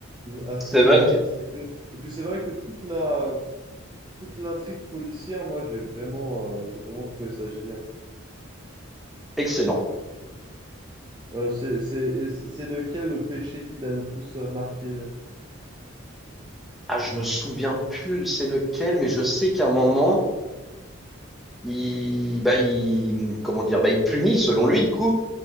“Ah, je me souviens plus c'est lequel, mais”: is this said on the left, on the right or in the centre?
Centre